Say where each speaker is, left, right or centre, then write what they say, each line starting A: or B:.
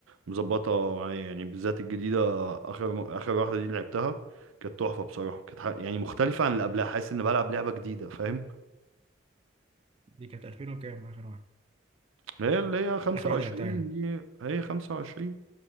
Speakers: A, on the right; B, on the right.
A: مظبطة معايا يعني بالذات الجديدة آخر آخر واحدة دي اللي لعبتها كانت تحفة بصراحة كانت ح... يعني مختلفة عن اللي قبلها حاسس إن بلعب لعبة جديدة فاهم
B: دي كانت 2000 وكام اخر واحدة
A: هي اللي هي 25
B: اخر واحدة لعبتها يعني
A: دي هي 25